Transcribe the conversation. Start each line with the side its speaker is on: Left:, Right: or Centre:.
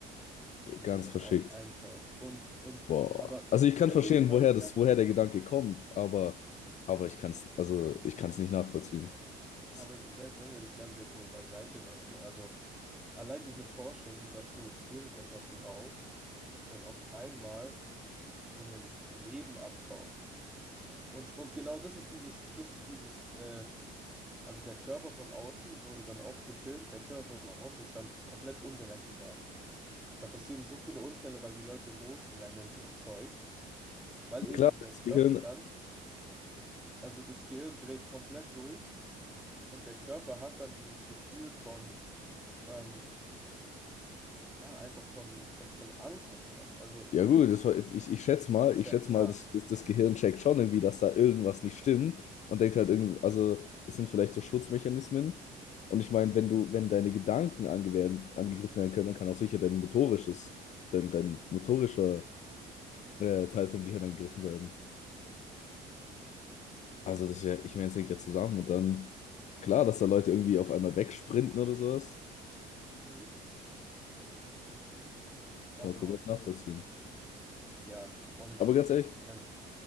Centre: in
Left: Ganz
Centre: die man
Left: verschickt.
Centre: ein, eintaucht. Und, und,
Left: Boah.
Centre: aber
Left: Also ich kann
Centre: wenn
Left: verstehen,
Centre: wir jetzt mal
Left: woher
Centre: das
Left: das,
Centre: Ganze,
Left: woher der
Centre: ja,
Left: Gedanke kommt, aber, aber ich kann es, also ich kann es nicht nachvollziehen. Das,
Centre: aber selbst wenn wir das Ganze jetzt mal beiseite lassen, also. Allein diese Vorstellung, dass du irgendetwas rauchst und auf einmal in ein Leben abtauchst. Und, und genau das ist dieses, das ist dieses, äh, also der Körper von außen wurde dann auch gefilmt, der Körper von außen ist dann komplett unberechenbar. Da passieren so viele Unfälle, weil die Leute losrennen und Zeug, weil eben
Left: klar, wenn
Centre: der
Left: das
Centre: Körper
Left: Gehirn
Centre: dann, also das Gehirn dreht komplett durch und der Körper hat dann dieses Gefühl von, ähm, ja, einfach von, von, von Angst und sowas. Also
Left: Ja gut, das war, ich, ich schätze mal,
Centre: ist
Left: ich
Centre: ja
Left: schätze
Centre: klar.
Left: mal, das, das, das Gehirn checkt schon irgendwie, dass da irgendwas nicht stimmt und denkt halt irgendwie, also es sind vielleicht so Schutzmechanismen. Und ich meine,
Centre: Mhm.
Left: wenn du, wenn deine Gedanken ange werden, angegriffen werden können, dann kann auch sicher dein motorisches, dein, dein motorischer äh, Teil vom Gehirn angegriffen werden. Also das ist ja, ich meine, es hängt ja zusammen und dann, klar, dass da Leute irgendwie auf einmal wegsprinten oder sowas,
Centre: Mhm. Also,
Left: kann man komplett nachvollziehen.
Centre: ja, und
Left: Aber ganz ehrlich,
Centre: wenn,